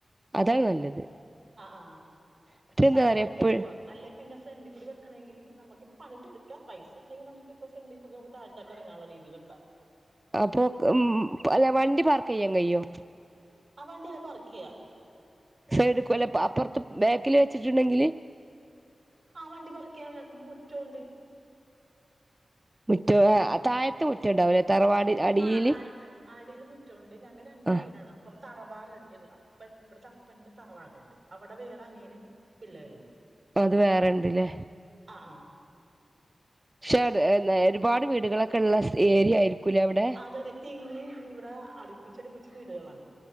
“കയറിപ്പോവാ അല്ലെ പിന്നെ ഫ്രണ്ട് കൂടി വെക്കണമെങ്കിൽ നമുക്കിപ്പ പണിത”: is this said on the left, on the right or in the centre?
Right